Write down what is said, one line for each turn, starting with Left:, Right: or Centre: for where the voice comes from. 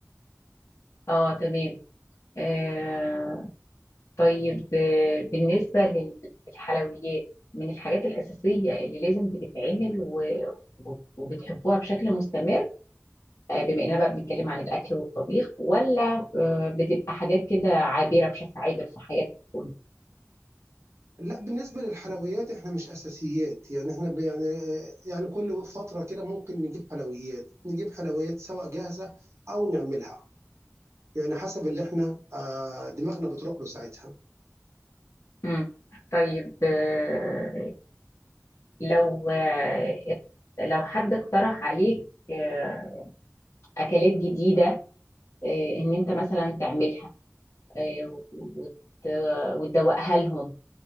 Left: اه تمام آه طيب آه، بالنسبة لل- للحلويات من الحاجات الأساسية اللي لازم بتتعمل و... و- وبتحبوها بشكل مستمر آه، بما إننا بقى بنتكلم عن الأكل والطبيخ ولا آه، بتبقى حاجات كده عابرة بشكل عابر في حياتكم؟
Right: لا بالنسبه للحلويات احنا مش اساسيات يعني احنا ب- يعني آه، يعني كل فتره كده ممكن نجيب حلويات نجيب حلويات سواء جاهزه او نعملها يعني حسب اللي احنا آه، دماغنا بتروح له ساعتها
Left: مم. طيب آه، لو آه، لو حد اقترح عليك آه، أكلات جديدة آه، إن أنت مثلا تعملها آه، وت- وتدوقها لهم